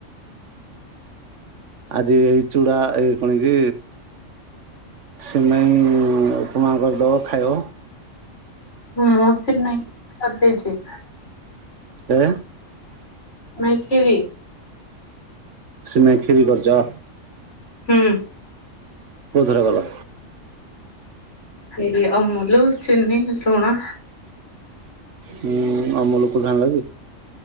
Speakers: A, on the right; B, on the left.
A: ଆଜି ଏଇ ଚୁଡା, ଏଇ କଣ କି ସିମେଇ ଉପମା କରିଦବ ଖାଇବ।
B: ମୁଁ ସିମେଇ କରିଦେଇଛି।
A: କେ
B: ନାଇ କ୍ଷୀରି?
A: ସିମେଇ କ୍ଷୀରି କରିଚ?
B: ହଁ।
A: କୋଉଥିରେ କଲ?
B: ନେଲେ ଅମୂଲୁ, ଚିନି, ଲୁଣ।
A: ହୁଁ ଅମୂଲ କୋଉଠୁ ଆଣିଲକି?